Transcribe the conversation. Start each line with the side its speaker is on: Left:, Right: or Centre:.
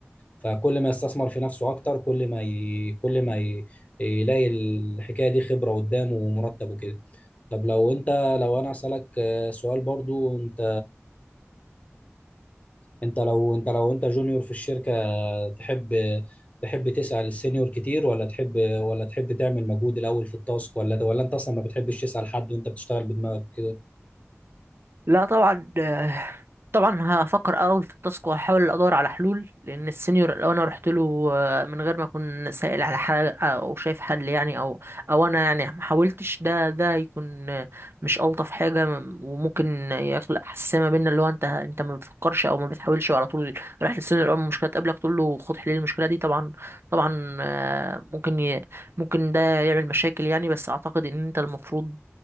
Left: فكل ما يستثمر في نفسه اكتر كل ما ي... كل ما ي... يلاقي الحكايه دي خبره قدامه ومرتب وكده طب لو انت لو انا اسالك آه، سؤال برضو انت انت لو انت لو انت جونيور في الشركه تحب تحب تسعى للسينيور كتير ولا تحب ولا تحب تعمل مجهود الاول في التاسك ولا ولا انت اصلا ما بتحبش تسأل حد وانت بتشتغل بدماغك كده
Right: لا طبعا آه، طبعا هفكر اول في التاسك وهحاول ادور على حلول لان السينيور لو انا رحت له آه، من غير ما اكون سائل على حاجه او شايف حل يعني او او انا يعني ما حاولتش ده ده يكون آه، مش الطف حاجه م- وممكن يخلق حساسيه ما بيننا اللي هو انت انت ما بتفكرش او ما بتحاولش على طول رايح للسينيور اول ما المشكله تقابلك تقول له خد حل المشكله دي طبعا طبعا آه، ممكن ي... ممكن ده يعمل مشاكل يعني بس اعتقد ان انت المفروض